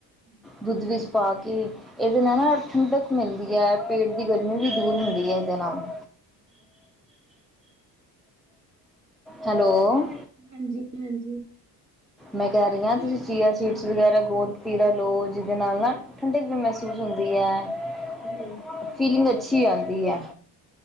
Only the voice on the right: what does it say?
ਹਮ <unintelligible>
ਹਮ ਹਮ <unintelligible>
ਹਾਂਜੀ ਹਾਂਜੀ
ਬਾਕੀ
ਹਾਂ
ਹਾਂਜੀ